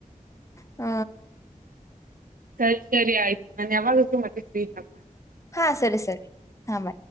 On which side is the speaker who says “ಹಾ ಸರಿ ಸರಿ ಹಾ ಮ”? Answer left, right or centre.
Left